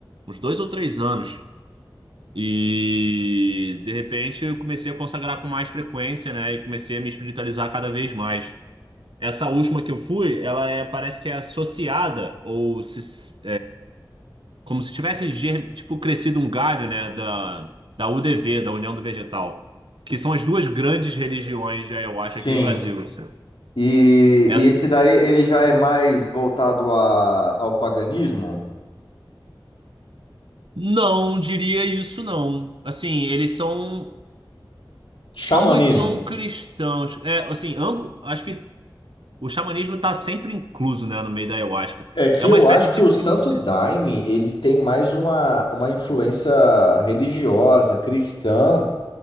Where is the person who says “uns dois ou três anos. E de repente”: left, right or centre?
Right